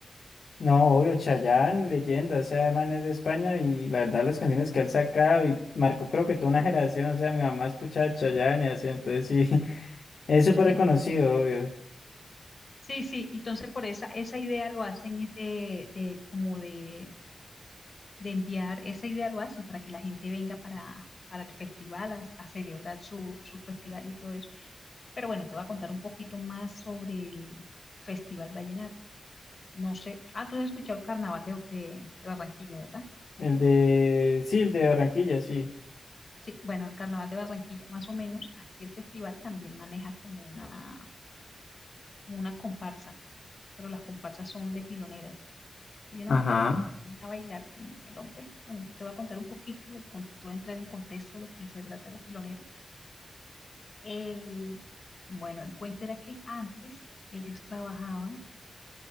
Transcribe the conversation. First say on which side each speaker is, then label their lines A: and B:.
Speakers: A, on the left; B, on the left.
A: no, obvio, Chayanne, leyenda, o sea, man es de España y la verdad las canciones que él sacaba y marcó creo que toda una generación, o sea, mi mamá escuchaba Chayanne y así, entonces sí, <laughs> es súper
B: En-
A: reconocido, obvio.
B: sí, sí, entonces por esa, esa idea lo hacen es de, de como de de enviar esa idea, lo hacen para que la gente venga para, para el festival a, a celebrar su, su festival y todo eso. Pero bueno, te voy a contar un poquito más sobre el Festival Vallenato. No sé, ah, tú has escuchado el Carnaval de, de- de Barranquilla, ¿verdad?
A: El de, sí, el de Barranquilla, sí.
B: Sí, bueno, el Carnaval de Barranquilla, más o menos, aquí el festival también maneja como una, como una comparsa, pero las comparsas son de piloneras. Hay unas
A: Ajá,
B: mujeres que se ponen a bailar con el hombre. Bueno, te voy a contar un poquito, el, con- te voy a entrar en contexto de lo que se trata la pilonera. El, bueno, el cuento era que antes ellos trabajaban.